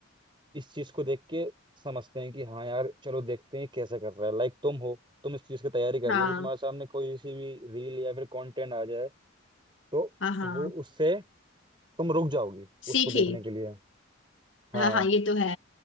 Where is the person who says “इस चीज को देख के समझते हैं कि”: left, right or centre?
Right